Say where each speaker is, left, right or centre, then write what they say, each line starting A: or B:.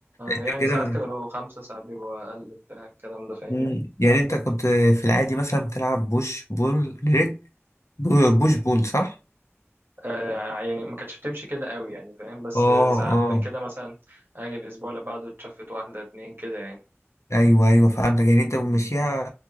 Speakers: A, on the left; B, on the right.
A: انت
B: يعني
A: كده
B: ساعات كانوا بيبقوا خمسة ساعات بيبقوا أقل بتاع الكلام ده فاهمني
A: مم. يعني انت كنت في العادي مثلا بتلعب بوش بول رجل بو- بوش
B: مم.
A: بول صح؟
B: آه يعني ما كانتش بتمشي كده قوي يعني فاهم بس
A: اه
B: ساعات
A: اه
B: كده مثلا أجي الأسبوع اللي بعده اتشفت واحدة اتنين كده يعني
A: ايوه ايوه فهمتك يعني انت بتمشيها
B: مم.